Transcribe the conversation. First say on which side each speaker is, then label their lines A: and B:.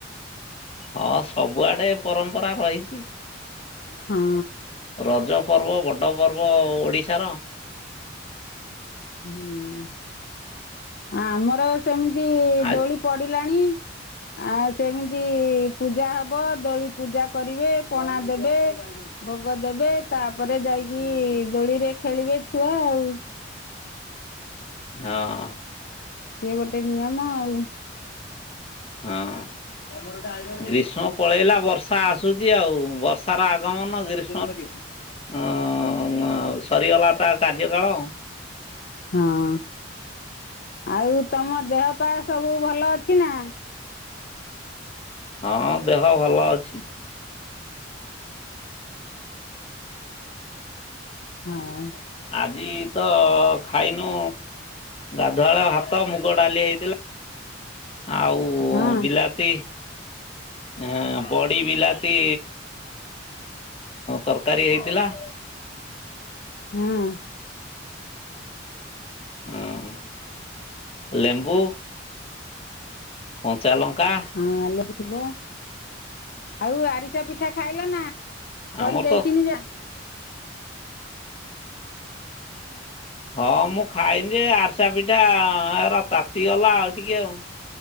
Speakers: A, on the left (about 30°); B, on the left (about 55°).
A: ହଁ ସବୁଆଡେ ପରମ୍ପରା ରହିଛି
B: ହଁ
A: ରଜ ପର୍ବ ବଡ଼ ପର୍ବ ଓଡ଼ିଶାର
B: ହୁଁ ଆମର ସେମିତି
A: ଆ
B: ଦୋଳି ପଡିଲାଣି ଆଉ ସେମିତି ପୂଜା ହବ ଦୋଳି ପୂଜା କରିବେ ପଣା ଦେବେ ଭୋଗ ଦେବେ ତାପରେ ଯାଇକି ଦୋଳିରେ ଖେଳିବେ ଛୁଆ ଆଉ।
A: ହଁ
B: ସିଏ ଗୋଟେ ନିୟମ ଆଉ।
A: ଉଁ।
B: ଆମର ଗୋଟେ ଆଇଁଲ।
A: ଗ୍ରୀଷ୍ମ ପଳେଇଲା ବର୍ଷା ଆସୁଛି ଆଉ ବର୍ଷାର ଆଗମନ ଗ୍ରୀ
B: କେମିତି କରିବ?
A: ଉଁ ଉଁ ସରିଗଲା ତା କାର୍ଯ୍ୟକାଳ।
B: ହଁ ଆଉ ତମ ଦେହ ପା ସବୁ ଭଲ ଅଛି ନା?
A: ହଁ ଦେହ ଭଲ ଅଛି।
B: ହଁ ଉ।
A: ଆଜି ତ ଖାଇନୁ ଗାଧୁଆଳ ହାତ ମୁଗ ଡାଲି ହେଇଥିଲା ଆଉ
B: ହଁ
A: ବିଲାତି ଆ ବଡ଼ି ବିଲାତି ତରକାରୀ ହେଇଥିଲା
B: ହଁ।
A: ହଁ ଲେମ୍ବୁ କଞ୍ଚାଲଙ୍କା
B: ହଁ ଲେମ୍ବୁଥିବ ଆଉ ଆରିସା ପିଠା ଖାଇଲ ନା? କରି
A: ଆମର
B: ଦେଇଥିନି
A: ତ
B: ଯା।
A: ହଁ ମୁଁ ଖାଇନି ଯେ ଆରସା ପିଠା ଏର ତାତିଗଲା ଆଉ ଟିକେ ଆଉ।